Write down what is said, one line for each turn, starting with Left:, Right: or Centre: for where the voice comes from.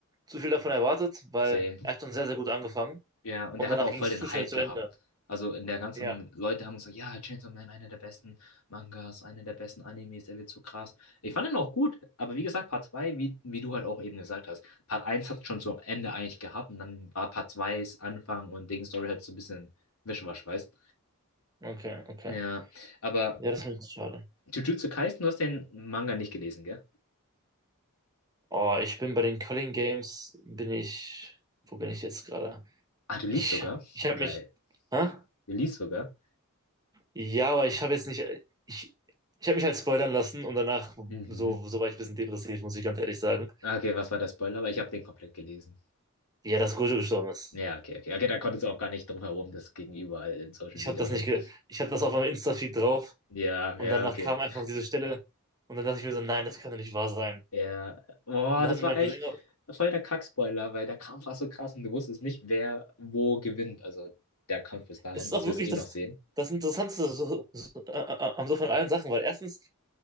Right: zu viel davon erwartet, weil
Left: Same.
Right: er hat schon sehr, sehr gut angefangen.
Left: Ja, und
Right: Und
Left: der
Right: danach
Left: hat auch
Right: ging
Left: voll
Right: es
Left: den
Right: zu schnell
Left: Hype
Right: zu
Left: gehabt.
Right: Ende.
Left: Also in der ganzen
Right: Ja,
Left: Leute haben gesagt, ja, Chainsaw Man, einer der besten Mangas, einer der besten Animes, der wird so krass. Ich fand ihn auch gut, aber wie gesagt, Part 2 wie, wie du halt auch eben gesagt hast, Part eins hat schon so Ende eigentlich gehabt und dann war Part 2s Anfang und Ding Story halt so ein bisschen Wischwasch, weißt?
Right: okay, okay.
Left: Ja, aber
Right: Ja, das ist mir schade.
Left: Jujutsu Kaisen, du hast den Manga nicht gelesen, gell?
Right: Oh, ich bin bei den Köln Games, bin ich, wo bin ich jetzt gerade?
Left: Ah, du liest
Right: Ich,
Left: sogar?
Right: ich habe
Left: Geil.
Right: mich, hä?
Left: Du liest sogar?
Right: Ja, aber ich habe jetzt nicht, ich, ich habe mich halt spoilern lassen und danach,
Left: Mhm.
Right: so, so war ich ein bisschen depressiv, muss ich ganz ehrlich sagen.
Left: Okay, was war der Spoiler? Aber ich habe den komplett gelesen.
Right: Ja, dass Gojo gestorben ist.
Left: Ja, okay, okay. Okay, da konntest du auch gar nicht drum herum, das ging überall in Social
Right: Ich
Left: Media
Right: habe das
Left: rum.
Right: nicht, ge ich habe das auf meinem Insta-Feed drauf
Left: Ja,
Right: und
Left: ja,
Right: danach
Left: okay.
Right: kam einfach diese Stelle und dann dachte ich mir so, nein, das kann doch nicht wahr sein.
Left: Ja. Boah,
Right: Und dann
Left: das
Right: hat mir
Left: war
Right: mein
Left: echt
Right: Cousin
Left: voll der Kackspoiler, weil der Kampf war so krass und du wusstest nicht, wer wo gewinnt. Also der Kampf bis dahin,
Right: es ist
Left: das
Right: auch wirklich
Left: wirst du eh
Right: das,
Left: noch sehen.
Right: das Interessanteste so, so, äh, äh, am so von allen Sachen, weil erstens